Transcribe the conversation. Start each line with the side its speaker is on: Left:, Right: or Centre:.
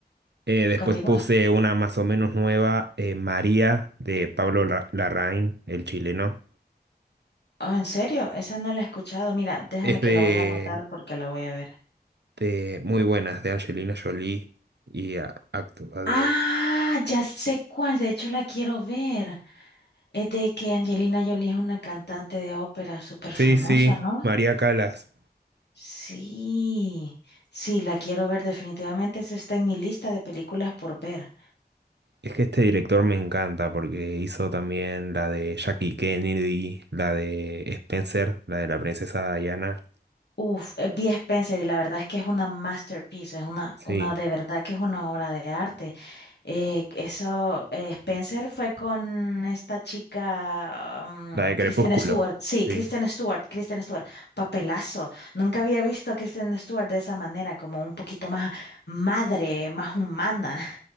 Right: Eh, después
Left: continúa.
Right: puse una más o menos nueva, eh, María, de Pablo Ra- Larraín, el chileno.
Left: Oh, ¿en serio? Esa no la he escuchado. Mira, déjame
Right: Es de,
Left: que la voy a anotar porque la voy a ver.
Right: de muy buenas, de Angelina Jolie y a- actúa
Left: Ah,
Right: de.
Left: ya sé cuál, de hecho la quiero ver. Es de que Angelina Jolie es una cantante de ópera súper famosa,
Right: Sí, sí,
Left: ¿no?
Right: María Calas.
Left: Sí, sí, la quiero ver definitivamente. Esa está en mi lista de películas por ver.
Right: Es que este director me encanta porque hizo también la de Jackie Kennedy, la de Spencer, la de la princesa Diana.
Left: Uf, eh, vi Spencer y la verdad es que es una masterpiece, es una,
Right: Sí.
Left: una de verdad que es una obra de arte. Eh, eso, eh, Spencer fue con esta chica, mm,
Right: La de Crepúsculo,
Left: Kristen Stewart, sí,
Right: sí.
Left: Kristen Stewart, Kristen Stewart, papelazo. Nunca había visto a Kristen Stewart de esa manera, como un poquito más madre, más humana.